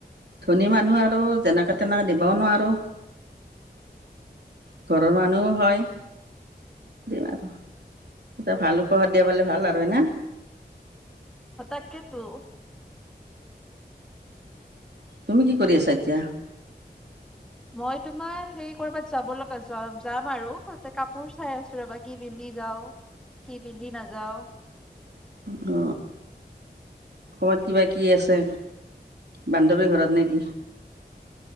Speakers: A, on the right (about 75°); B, in the centre.
A: ধনী মানুহ আৰু যেনেকা তেনেকা দিবও নোৱাৰো। ঘৰৰ মানুহো হয়। দিম আৰু। এটা ভাল উপহাৰ দিবা পালে ভাল আৰু হয়না?
B: অ' তাকেতো।
A: তুমি কি কৰি আছা এতিয়া?
B: মই তোমাৰ সেই ক'ৰবাত যাব লগা য-যাম আৰু, ততে কাপোৰ চাই আছোঁ ৰ'বা। কি পিন্ধি যাও? কি পিন্ধি নাযাও?
A: অ্ কবাত কিবা কি আছে, বান্ধৱীৰ ঘৰত নে কি?